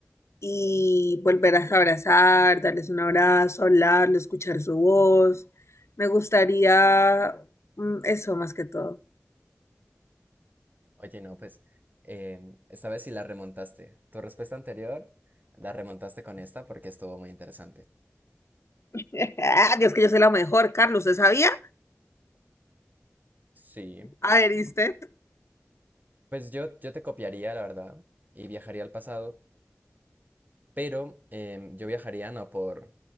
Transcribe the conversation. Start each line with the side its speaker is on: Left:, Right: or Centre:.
Left: y volverlas a abrazar, darles un abrazo, hablarles, escuchar su voz. Me gustaría mm, eso más que todo.
Right: oye, no, pues em, esta vez sí la remontaste. Tu respuesta anterior la remontaste con esta porque estuvo muy interesante.
Left: <laughs> Dios, que yo soy la mejor, Carlos, ¿usted sabía?
Right: Sí,
Left: A ver, ¿y usted?
Right: pues yo, yo te copiaría, la verdad, y viajaría al pasado, pero em, yo viajaría no por,